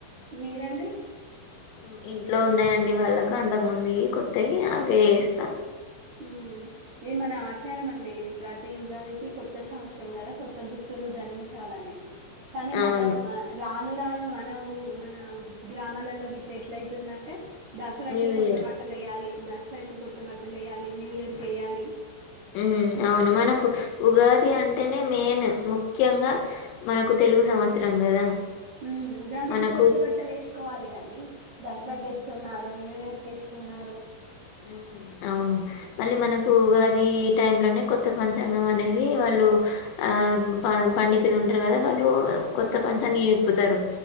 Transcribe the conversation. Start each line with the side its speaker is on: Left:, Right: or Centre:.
Right: మీరండి
Left: హు మ్ ఇంట్లో ఉన్నాయండి వాళ్ళకు అంతక్ముందుయి కొత్తయ్ అవేస్తా
Right: హుమ్ ఇది మన ఆచారమండి ప్రతి ఉగాదికి కొత్త సంవత్సరం కదా కొత్త దుస్తులు ధరించాలనేసి కానీ మన
Left: అవును
Right: మ రా రానురాను మనవు మన గ్రామాలలో గిట్లెట్లైతుందంటే దసరాకి
Left: న్యూ
Right: కొత్త
Left: ఇయర్
Right: బట్టలేయాలి దసరాకి కొత్త బట్టలేయాలి న్యూ ఇయర్ కేయ్యాలి
Left: మ్ అవును మనకు ఉగాది అంటేనే మెయిన్ ముఖ్యంగా మనకు తెలుగు సంవత్సరం కదా
Right: హుమ్ ఉగాదికి
Left: మనకు
Right: కొత్త బట్టలేసుకోవాలి గాని దసరాకేస్తున్నారు
Left: మ్,
Right: న్యూ ఇయర్ కేస్తున్నారు
Left: హుమ్ అవును మళ్ళీ మనకు ఉగాది టైమ్ లోనే కొత్త పంచాంగం అనేది వాళ్ళు ఆ పం పండితులు ఉంటరు కదా వాళ్ళు కొత్త
Right: అవును
Left: పంచంగం ఇప్పుతారు